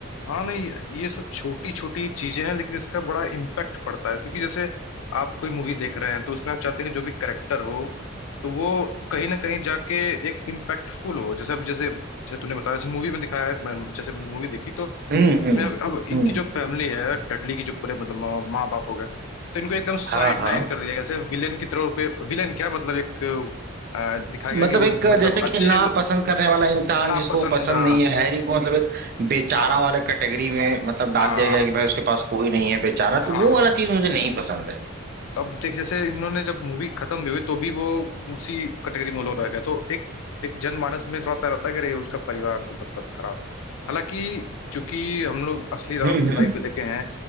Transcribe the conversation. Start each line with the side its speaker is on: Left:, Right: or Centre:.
Left: हाँ नहीं ये सब छोटी छोटी चीजें हैं लेकिन इसका बड़ा इम्पैक्ट पड़ता है क्योंकि जैसे आप कोई मूवी देख रहे हैं तो उसमें आप चाहते हैं कि जो भी करेक्टर हो तो वो कहीं ना कहीं जाके एक इम्पैक्टफुल हो जैसे अब जैसे जैसे तूने बताया जैसे मूवी में दिखाया है मैं जैसे मैंने मूवी देखी तो
Right: हम्म
Left: उसमें
Right: हम्म
Left: अब अब
Right: हम्म
Left: इनकी जो फैमिली है डडली की जो पूरे मतलब माँ माँ बाप हो गए तो इनको एकदम साइड
Right: हाँ हाँ
Left: लाइन कर दिया जैसे विलेन की तरह पे विलेन क्या मतलब एक अ, दिखाया गया
Right: मतलब
Left: कि वो
Right: एक
Left: मतलब
Right: जैसे कि
Left: अच्छे
Right: ना
Left: लो-
Right: पसंद करने वाला इंसान
Left: नापसंद
Right: जिसको पसंद
Left: हाँ
Right: नहीं है हैरी को मतलब एक बेचारा
Left: हाँ
Right: वाला कैटेगरी में मतलब डाल
Left: हाँ
Right: दिया गया है कि भाई उसके पास कोई नहीं है बेचारा
Left: हाँ हाँ
Right: तो वो वाला
Left: हाँ।
Right: चीज मुझे नहीं पसंद है
Left: तो अब देख जैसे इन्होंने जब मूवी खत्म भी हुई तो भी वो उसी कैटेगरी में लोग रह गए तो एक एक जनमानस में थोड़ा सा रहता है कि अरे उसका परिवार तो मतलब खराब हालांकि चूंकि हम लोग असली
Right: हम्म
Left: लाइफ
Right: हम्म
Left: में देखे हैं